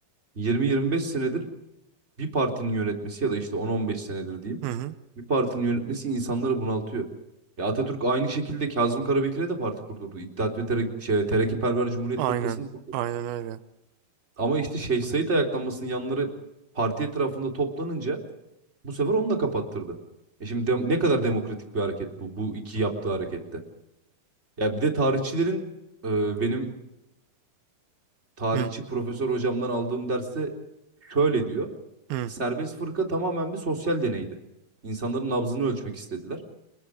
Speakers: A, on the right (about 20°); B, on the right (about 85°).
A: 20-25 senedir bir partinin yönetmesi ya da işte 10-15 senedir diyeyim.
B: Hı hı.
A: Bir partinin yönetmesi insanları bunaltıyor. Ya Atatürk aynı şekilde Kazım Karabekir'e de parti kurdurdu. İttihat ve Terak şey, Terakkiperver Cumhuriyet
B: Aynen.
A: Fırkası'nı kurdu.
B: Aynen öyle.
A: Ama işte Şeyh Said ayaklanmasının yanları parti etrafında toplanınca bu sefer onu da kapattırdı. E şimdi dem- ne kadar demokratik bir hareket bu, bu iki yaptığı harekette. Ya bir de tarihçilerin e, benim tarihçi
B: Hı
A: profesör hocamdan aldığım derste şöyle diyor.
B: hı.
A: Serbest fırka tamamen bir sosyal deneydi. İnsanların nabzını ölçmek istediler.